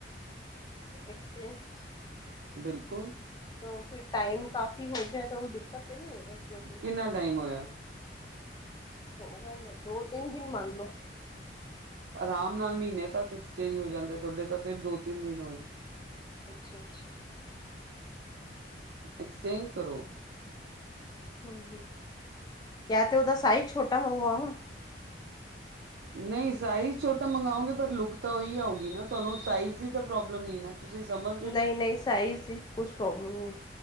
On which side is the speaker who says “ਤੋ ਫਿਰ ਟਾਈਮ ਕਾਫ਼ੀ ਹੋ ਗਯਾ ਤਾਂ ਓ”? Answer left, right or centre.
Left